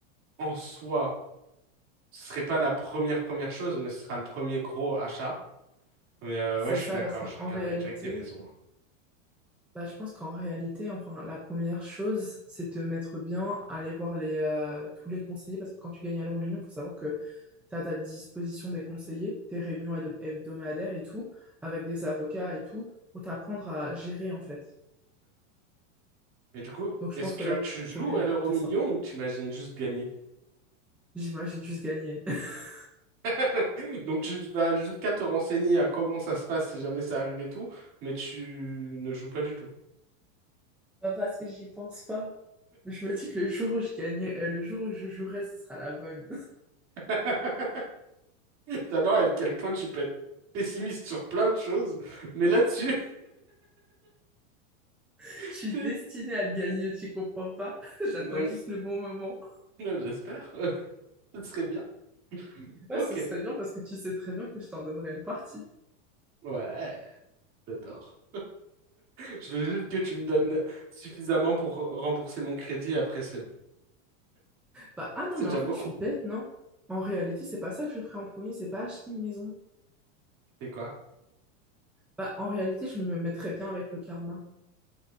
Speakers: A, on the right; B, in the centre.
A: en soi, ce serait pas la première première chose, mais ce sera le premier gros achat. Mais euh,
B: C'est
A: ouais, je
B: ça
A: suis d'accord,
B: parce qu'en
A: je regarderai
B: réalité.
A: direct les maisons. hein.
B: Bah, je pense qu'en réalité, enfin, la première chose, c'est te mettre bien, aller voir les, euh, tous les conseillers, parce que quand tu gagnes à l'euro-million, il faut savoir que tu as à ta disposition des conseillers, des réunions hebdo- hebdomadaires et tout, avec des avocats et tout, pour t'apprendre à gérer, en fait.
A: Mais du coup,
B: Donc, je
A: est-ce
B: pense
A: que
B: que la
A: tu joues
B: première
A: à
B: étape,
A: l'euro
B: c'est
A: million
B: ça.
A: ou t'imagines juste gagner?
B: J'imagine juste gagner. <laughs>
A: <laughs> Donc tu vas jusqu'à te renseigner à comment ça se passe si jamais ça arrive et tout, mais tu ne joues pas du tout.
B: Pas parce que j'y pense pas. Je me dis que le jour où je gagnais, euh, le jour où je jouerai, ce sera la bonne.
A: <laughs> T'adores à quel point tu peux être pessimiste sur plein de choses, mais là-dessus,
B: <laughs>
A: <laughs>
B: Je suis
A: t'es-
B: destinée à le gagner, tu comprends pas? <laughs> J'attends
A: Non,
B: juste le bon moment.
A: non, j'espère. <laughs> Ce serait bien. Ok.
B: Ouais, ce serait bien parce que tu sais très bien que je t'en donnerais une partie.
A: Ouais, j'adore. Je veux juste que tu me donnes suffisamment pour rembourser mon crédit, après c'est bon.
B: Bah, ah
A: C'est
B: non, mais
A: déjà
B: en fait,
A: beaucoup.
B: je suis bête, non? En réalité, c'est pas ça que je ferais en premier, c'est pas acheter une maison.
A: C'est quoi?
B: Bah, en réalité, je me mettrais bien avec le karma.